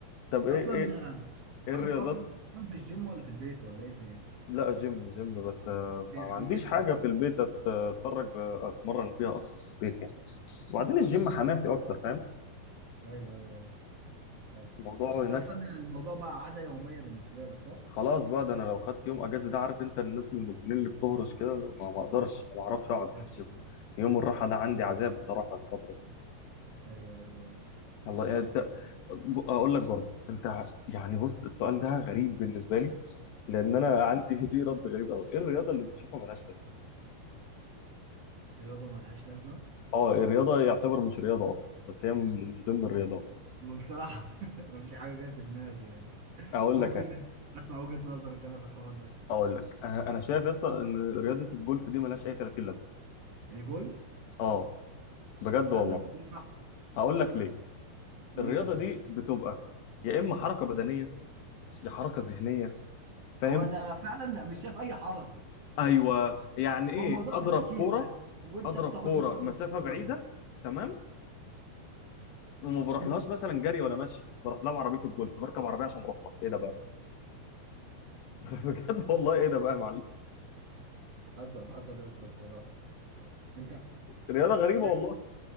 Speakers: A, on the left (about 80°); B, on the right (about 40°).
A: طب
B: انت
A: ايه
B: اصلا
A: ايه ايه
B: اخر
A: الرياضات
B: فتره بتتمرن في الجيم ولا في البيت ولا ايه دنيتك
A: لا جيم جيم بس آه،
B: بيحمسك
A: ما ما عنديش حاجه
B: ها
A: في البيت أت- اتفرج آه، اتمرن بيها اصلا في البيت وبعدين الجيم حماسي اكتر فاهم
B: ايوه ايوه ايوه حصل
A: الموضوع
B: حصل انت
A: هناك
B: اصلا الموضوع بقى عاده يوميه بالنسبه لك صح
A: خلاص بقى ده انا لو خدت يوم اجازه ده عارف انت الناس المدمنين اللي بتهرش كده اللي هو ما ما اقدرش ما بعرفش اقعد
B: ايوه
A: من الجيم يوم الراحه ده عندي عذاب بصراحه الفتره دي
B: ايوه ايوه ايوه ايوه
A: الله يعني انت ب- اقول لك برضه انت يعني بص السؤال ده غريب بالنسبه لي لان
B: امم
A: انا عندي <laughs> فيه رد غريب قوي ايه الرياضه اللي بتشوفها ملهاش لازمه
B: الرياضه ملهاش لازمه
A: اه الرياضه يعتبر مش رياضه اصلا بس هي من من ضمن الرياضات
B: هو بصراحه <laughs> مفيش حاجه جايه في دماغي يعني
A: اقول
B: ممكن
A: لك انا
B: اسمع وجهه نظرك انا في الحوار ده
A: اقول لك انا أنا شايف يا اسطى ان رياضه الجولف دي ملهاش اي 30 لازمه
B: الجولف
A: اه بجد
B: تصدق
A: والله
B: إن ده صح
A: هقول لك ليه
B: ليه
A: الرياضه
B: طيب
A: دي بتبقى يا اما حركه بدنيه يا حركه ذهنيه فاهم
B: هو انا فعلا مش شايف اي حركه
A: ايوه يعني ايه
B: هو الموضوع
A: اضرب
B: في تركيز
A: كوره
B: بس وانت
A: اضرب
B: بتاخد
A: كوره
B: نفس
A: مسافه
B: وانت بتضرب
A: بعيده تمام وما بروحلهاش
B: البيت
A: مثلا جري ولا مشي بروح لها بعربيه الجولف بركب عربيه عشان اروح لها ايه ده بقى <laughs> بجد والله ايه ده بقى يا معلم
B: حصل حصل لسه بصراحة انت
A: فرياضه غريبه
B: أيوة.
A: والله